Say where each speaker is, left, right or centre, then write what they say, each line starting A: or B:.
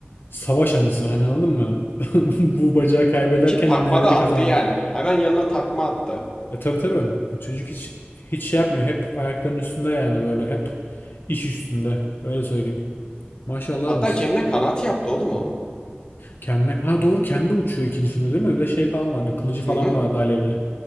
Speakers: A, on the left (about 60°); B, on the left (about 25°).
A: savaş anısı hani anladın mı? <laughs> Bu bacağı kaybederken
B: Ki takma
A: neleri
B: da attı
A: kazandın?
B: yani. Hemen yanına takma attı.
A: E tabii tabii. E, Çocuk hiç hiç şey yapmıyor. Hep ayaklarının üstünde yani böyle hep iş üstünde. Öyle söyleyeyim. Maşallah
B: Hatta
A: var.
B: kendine kanat yaptı oğlum o.
A: Kendine ha doğru kendi uçuyor ikinci filmde değil mi? Bir de şey falan vardı. Kılıcı falan
B: Hı
A: vardı alevli.